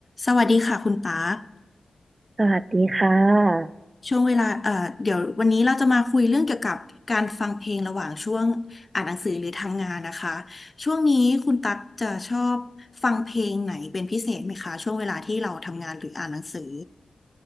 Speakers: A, on the left; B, on the right.
A: สวัสดีค่ะคุณปาร์ค
B: สวัสดีค่ะ
A: ช่วงเวลาเอ่อเดี๋ยววันนี้เราจะมาคุยเรื่องเกี่ยวกับการฟังเพลงระหว่างช่วงอ่านหนังสือหรือทำงานนะคะช่วงนี้คุณตั๊กจะชอบฟังเพลงไหนเป็นพิเศษไหมคะช่วงเวลาที่เราทำงานหรืออ่านหนังสือ